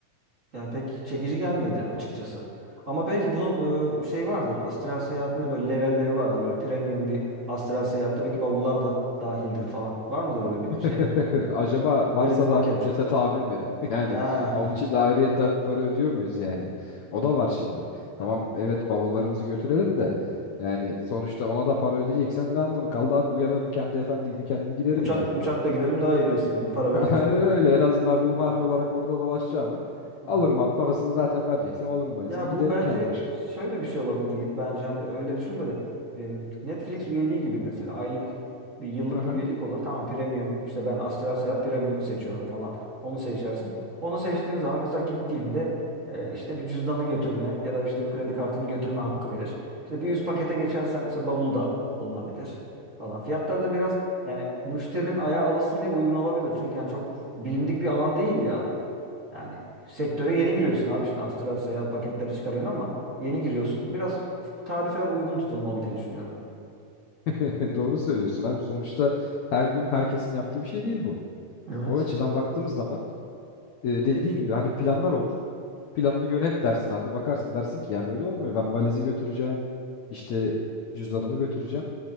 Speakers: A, on the right; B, on the left.
A: Yani pek çekici gelmedi açıkçası. Ama belki bunun e, şey vardır. Astral seyahatinde böyle levelleri vardır. Böyle premium bir astral seyahatte belki bavullar da dahildir falan. Var mıdır öyle bir
B: <laughs>
A: şey?
B: Acaba varsa
A: Öyle bir
B: da
A: paket.
B: abi ücrete tabi mi? <laughs> Yani
A: Ha. <laughs>
B: onun için de ayrıyetten bir para ödüyor muyuz yani? O da var şimdi.
A: Ha.
B: Tamam evet bavullarımızı götürelim de yani sonuçta ona da para ödeyeceksem ne anlamı kaldı abi? Uyanırım kendi efendi gibi kendim giderim
A: Uçakla
B: yani.
A: uçakla giderim daha iyi diyorsun yani. Para vereceksen.
B: <laughs> Aynen öyle
A: <laughs>
B: en azından ruhani
A: Hı.
B: olarak orada dolaşacağıma
A: Aha.
B: alırım abi parasını zaten vereceksem alırım valizimi
A: Ya
B: giderim
A: bu bence
B: kendi başıma.
A: şöyle bir şey olabilir Yiğit. Bence hani öyle düşünme de em, Netflix üyeliği gibi mesela aylık bir yıllık
B: Aha.
A: bir üyelik olur. Tamam premium işte ben Astral Seyahat premium'u seçiyorum falan. Onu seçersin. Onu seçtiğin zaman mesela gittiğinde e, işte bir cüzdanı götürme ya da işte bir kredi kartını götürme hakkı verir. İşte bir üst pakete geçersen işte bavul da olunabilir falan. Fiyatları da biraz yani müşterinin ayağı alışsın diye uygun olabilir. Çünkü yani çok bilindik bir alan değil ya. Yani sektöre yeni giriyorsun abi şimdi astral seyahat paketleri çıkarıyorsun ama yeni giriyorsun. Biraz tarifeler uygun tutulmalı diye düşünüyorum.
B: <laughs> Doğru söylüyorsun abi sonuçta her gün herkesin yaptığı bir şey değil bu.
A: Evet.
B: O açıdan baktığımız zaman e, dediğin gibi hani planlar olur. planını yönet dersin abi. Bakarsın dersin ki ya böyle olmuyor. Ben valizi götüreceğim. işte cüzdanımı götüreceğim.